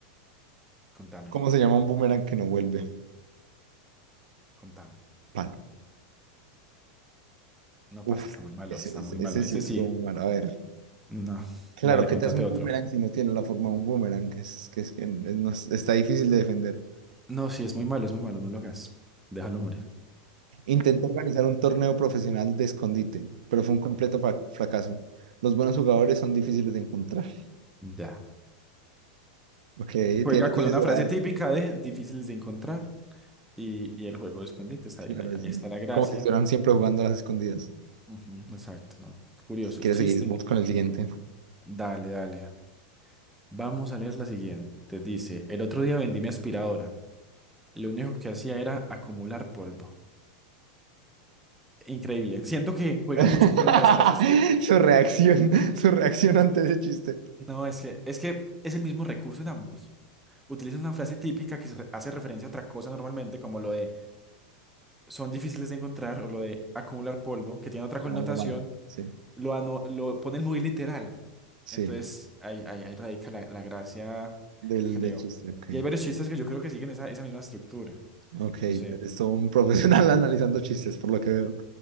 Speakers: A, in the centre; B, on the right.
A: Contame,
B: ¿Cómo se llama un boomerang que no vuelve?
A: contame.
B: Palo.
A: No,
B: Uf,
A: parce, está muy malo,
B: ese,
A: está
B: ese,
A: muy
B: ese
A: malo. Ese
B: sí es
A: sí.
B: todo muy mal. A ver.
A: No,
B: Claro,
A: dale,
B: ¿qué
A: contate
B: te hace un
A: otro.
B: boomerang si no tiene la forma de un boomerang? Es que, es que no es- está difícil de defender.
A: No, sí, es muy malo, es muy malo, no lo hagas. Déjalo morir.
B: Intenté organizar un torneo profesional de escondite, pero fue un completo fra- fracaso. Los buenos jugadores son difíciles de encontrar. <laughs>
A: Ya.
B: Ok,
A: Juega
B: tiene, tiene
A: con una
B: su gracia.
A: frase típica de difíciles de encontrar y, y el juego de escondite está
B: Claro,
A: bien ahí.
B: es
A: Ahí está la gracia.
B: como si estuvieran siempre jugando a las escondidas.
A: Ujú, exacto, no. Curioso
B: Si quieres
A: el chiste.
B: seguir vos con el siguiente.
A: Dale, dale. Vamos a leer la siguiente. Dice, el otro día vendí mi aspiradora. Lo único que hacía era acumular polvo. Increíble. Siento que juegan
B: <laughs>
A: mucho con lo de las frases típicas.
B: Su reacción, su reacción ante ese chiste.
A: No, es que, es que es el mismo recurso en ambos. utilizas una frase típica que se re- hace referencia a otra cosa normalmente, como lo de son difíciles de encontrar o lo de acumular polvo, que tiene otra connotación,
B: Como algo malo. Sí,
A: lo, ano- lo ponen muy literal.
B: sí,
A: Entonces, ahí, ahí, ahí radica la, la gracia,
B: del,
A: creo.
B: del chiste. Ok,
A: Y hay varios chistes que yo creo que siguen esa, esa misma estructura.
B: ok.
A: No sé.
B: Eres un profesional <laughs> analizando chistes, por lo que veo.